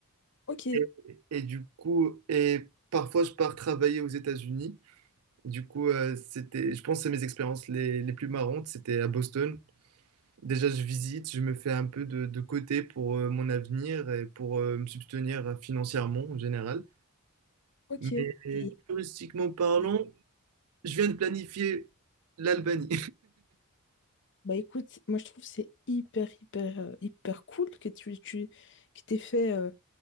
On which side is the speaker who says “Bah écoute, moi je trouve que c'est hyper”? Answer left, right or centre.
Left